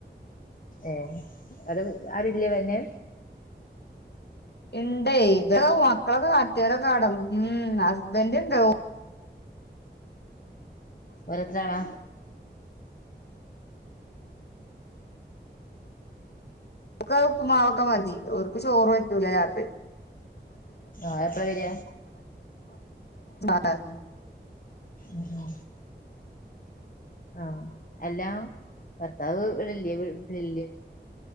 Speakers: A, on the left (about 50°); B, on the left (about 65°).
A: ഏ അരും ആരുല്ലേ പിന്നെ
B: ഇണ്ടേ ഇവടെ മക്കളൊക്കെ കടത്തിയൊരൊക്കെ കടന്നു ഉം ഹസ്ബൻഡ്ണ്ട്
A: ഒരേത്രാളാ
B: ഓര്ക്കു ഉപ്പ്മാവൊക്കെ മതി ഓർക്ക് ചോറ് പറ്റൂല രാത്രി
A: ഓരെപ്പളാ വരാ
B: <unintelligible>
A: ഉം ഉം ആ എല്ലാ ഭർത്താവ് ഇവടല്ലേ വീട്ടിലില്ലേ?